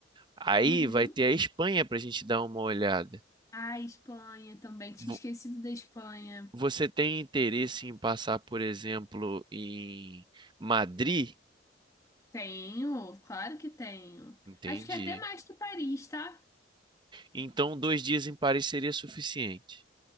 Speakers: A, on the right (about 25°); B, on the left (about 15°).
A: Aí
B: uhum.
A: vai ter a Espanha pra gente dar uma olhada.
B: Ah, Espanha também, tinha
A: Vo-
B: esquecido da Espanha.
A: Você tem interesse em passar, por exemplo, em Madrid?
B: Tenho, claro que tenho.
A: Entendi.
B: Acho que é até mais que Paris, tá?
A: Então, dois dias em Paris seria suficiente.